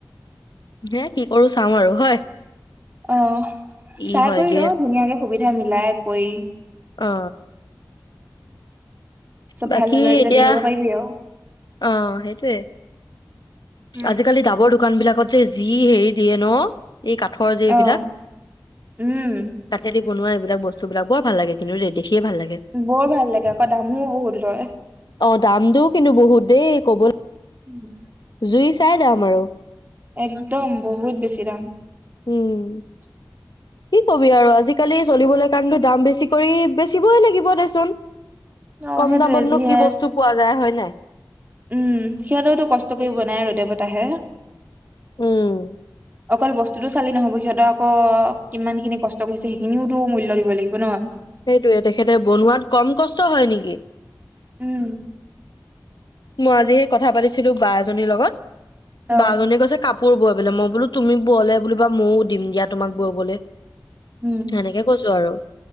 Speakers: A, on the left; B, on the right.
A: হে কি কৰো চাওঁ আৰু হয়।
B: অ
A: কি
B: চাই
A: হয়গে
B: কৰি ল ধুনীয়াকে সুবিধা মিলাই কৈ
A: অ।
B: সব
A: বাকী
B: ভাল হলে এটা
A: এতিয়া
B: দিব পাৰিবি আও।
A: অ সেইটোৱে।
B: উম
A: আজিকালি ডাবৰ দোকানবিলাকত যে যি হেৰি দিয়ে ন এই কাঠৰ যে এইবিলাক
B: অ উম
A: কাঠেদি বনোৱা এইবিলাক বস্তুবিলাক বৰ ভাল লাগে কিন্তু দেখিয়ে ভাল লাগে।
B: বৰ ভাল লাগে, আকৌ দামো বহুত লয়।
A: অ দামটো কিন্তু বহুত দেই ক'বল
B: <unintelligible>
A: জুই চাই দাম আৰু।
B: একদম বহুত বেছি দাম।
A: হুম। কি কবি আৰু আজিকালি চলিবলৈ কাৰণো দাম বেছি কৰি বেচিবই লাগিব দেচোন।
B: অ
A: কম
B: সেইটোৱে
A: দামতনো
B: যিহে
A: কি বস্তু পোৱা যায় হয় নাই।
B: উম সিহঁতেওতো কষ্ট
A: সেইটোৱে।
B: কৰিব বনাই ৰ বতাহে।
A: উম।
B: অকল বস্তুতটো চালি নহব সিহঁতে আক কিমানখিনি কষ্ট কৰিছে সেইখিনিওতো মূল্য দিব লাগিব ন আমি।
A: সেইটোয়ে তেখেতে বনোৱাত কম কষ্ট হয় নেকি।
B: উম।
A: মই
B: সেইটোৱে
A: আজি সেই কথা পাতিছিলো বা এজনীৰ লগত,
B: অ
A: বা জনী কৈছে কাপ পোৰ বয় বোলে মই বোলো তুমি বলে বুলোবা ময়ো দিম দিয়া তোমাক ববলে।
B: উম
A: সেনেকে কৈছো আৰু।